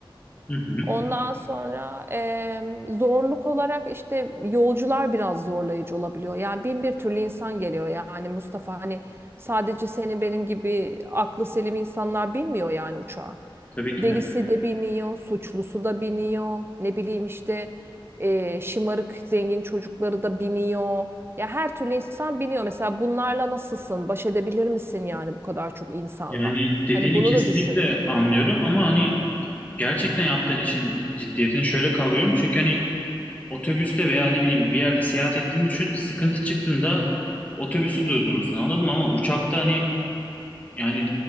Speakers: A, on the left; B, on the right.
A: Hı hı,
B: Ondan sonra eee, zorluk olarak işte yolcular biraz zorlayıcı olabiliyor. Yani bin bir türlü insan geliyor yani Mustafa hani sadece senin benim gibi aklı selim insanlar binmiyor yani uçağa.
A: tabii ki
B: Delisi
A: de.
B: de biniyor, suçlusu da biniyor, ne bileyim işte eee, şımarık zengin çocukları da biniyor. Ya her türlü insan biniyor. Mesela bunlarla nasılsın? Baş edebilir misin yani bu kadar çok insanla?
A: Yani dediğini
B: Hani bunu
A: kesinlikle
B: da düşün.
A: anlıyorum ama hani gerçekten yaptığın işin ciddiyetini şöyle kavruyorum. Çünkü hani otobüste veya ne bileyim bir yerde seyahat ettiğini düşün. Sıkıntı çıktığında otobüsü durdurursun anladın mı? Ama uçakta hani yani